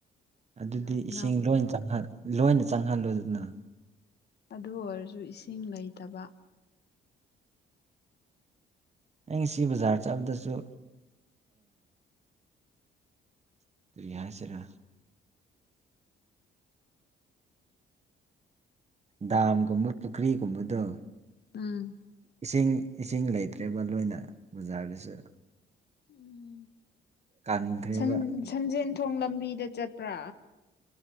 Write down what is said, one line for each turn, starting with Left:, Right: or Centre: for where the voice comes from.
Right: ꯑꯗꯨꯗꯤ
Left: ꯅꯥꯞ
Right: ꯏꯁꯤꯡ
Left: ꯅꯥꯞ
Right: ꯂꯣꯏꯅ
Left: ꯂꯥꯎꯕꯒꯤ
Right: ꯆꯪ ꯂꯣꯏꯅ ꯆꯪꯍꯜꯂꯨꯗꯅ
Left: ꯑꯗꯨ ꯑꯣꯏꯔꯁꯨ ꯏꯁꯤꯡ ꯂꯩꯇꯕ
Right: ꯑꯩ ꯉꯁꯤ ꯕꯖꯥꯔ ꯆꯠꯕꯗꯁꯨ ꯌꯥꯏꯁꯤꯦꯔ ꯗꯥꯝꯒꯨꯝꯕ ꯄꯨꯈ꯭ꯔꯤꯒꯨꯝꯕꯗꯣ
Left: ꯎꯝ
Right: ꯏꯁꯤꯡ ꯏꯁꯤꯡ ꯂꯩꯇ꯭ꯔꯦꯕ ꯂꯣꯏꯅ ꯕꯖꯥꯔꯗꯁꯨ
Left: ꯎꯝ
Right: ꯀꯪꯈ꯭ꯔꯦꯕ
Left: ꯁꯟ ꯁꯟꯖꯦꯟꯦꯟ ꯊꯣꯡ ꯂꯝꯕꯤꯗ ꯆꯠꯄ꯭ꯔꯥ